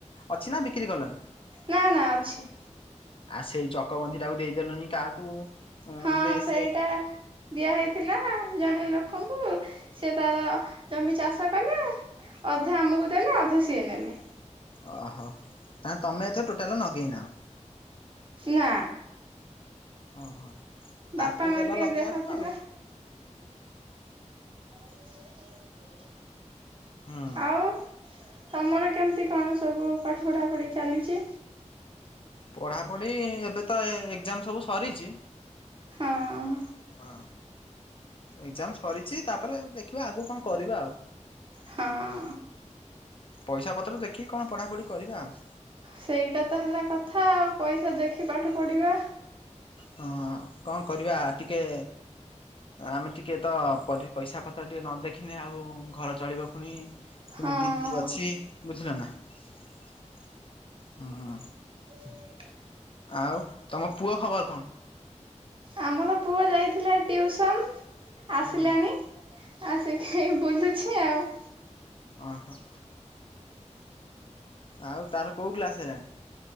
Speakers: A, on the left (about 45°); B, on the right (about 45°).
A: ଅଛି ନା ବିକ୍ରି କଲଣି?
B: ନା ନା ଅଛି।
A: ଆଉ ସେଇ ଚକବନ୍ଧି ଟାକୁ ଦେଇଦେଲଣିି କାହାକୁ।
B: ହଁ
A: ଦେ
B: ସେଇଟା
A: ସିଏ
B: ଦିଆ ହେଇଥିଲା ଜଣେ ଲୋକଙ୍କୁ ସେ ତାର ଜମି ଚାଷ କଲା ଅଧା ଆମକୁ ଦେଲେ ଅଧା ସିଏ ନେଲେ।
A: ଓହୋ ତାହେଲେ ତମେ ଏଥିରେ ଟୋଟାଲ ନଗେଇନାଅ।
B: ନା
A: ଓହୋ
B: ବାପାଙ୍କର
A: ତାକୁ ଦେଲ
B: ଟିକେ
A: ଲଗେଇବାକୁ
B: ଦେହ ଥିଲା
A: ଆଉ।
B: <inaudible>
A: ହୁଁ
B: ଆଉ ତମର କେମିତି କଣ ସବୁ ପାଠ ପଢା ପଢି ଚାଲିଚି?
A: ପଢାପଢି ଏବେ ତ ଏ-ଏକ୍ଜାମ୍ ସବୁ ସରିଚି।
B: ହଁ
A: ହ। ଏକ୍ଜାମ୍ ସରିଚି ତାପରେ ଦେଖିବା ଆଗକୁ କଣ କରିବା ଆଉ।
B: ହଁ।
A: ପଇସା ପତ୍ର ଦେଖିକି କଣ ପଢ଼ାପଢ଼ି କରିବା ଆଉ।
B: ସେଇଟା ତ ହେଲା କଥା ଆଉ ପଇସା ଦେଖି ପାଠ ପଢିବା।
A: ହଁ କଣ୍ କରିବା ଟିକେ ଆମେ ଟିକେ ତ ପରି- ପଇସା ପତ୍ର ଟିକେ ନ ଦେଖିନେ ଆଉ ଘର ଚଳିବ ପୁଣି ପୁଣି
B: ହଁ
A: ଦିଦି ଅଛି ବୁଝିଲ ନା -ହୁଁ।
B: ହ <unintelligible>
A: ଆଉ ତମ ପୁଅ ଖବର୍ କଣ୍?
B: ଆମର ପୁଅ ଯାଇଥିଲା ଟ୍ୟୁସନ୍ ଆସିଲାଣି।
A: ହୁଁ
B: ଆସିଖି ଏଇ ବୁଲୁଚି ଆଉ।
A: ଓ ହୋ। ଆଉ ତାର କଉ କ୍ଲାସ୍ ହେଲାଣି?